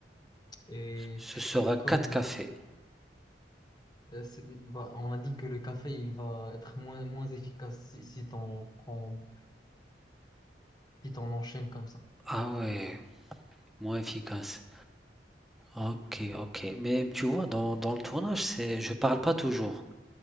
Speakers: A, on the left; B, in the centre.
A: Et
B: Ce
A: tu
B: sera
A: fais comme.
B: quatre cafés.
A: euh, c'est- bah, on a dit que le café, il va être moins, moins efficace si, si t'en prends, si t'en enchaînes comme ça.
B: Ah ouais, moins efficace. Ok, ok. Mais tu vois, dans, dans le tournage, c'est, je parle pas toujours.